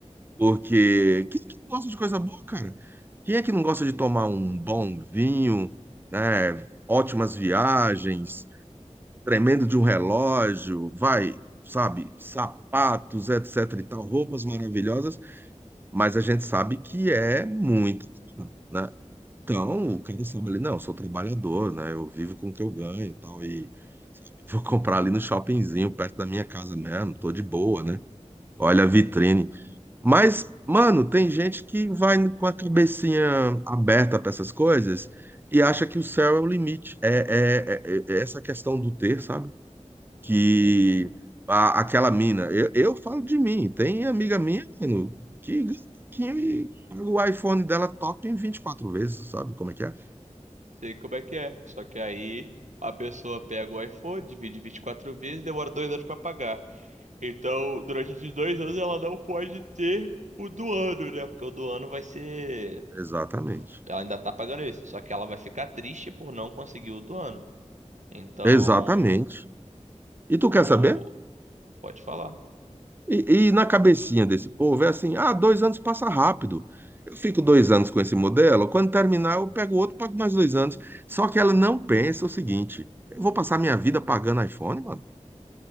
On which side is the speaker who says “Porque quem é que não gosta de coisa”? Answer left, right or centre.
Right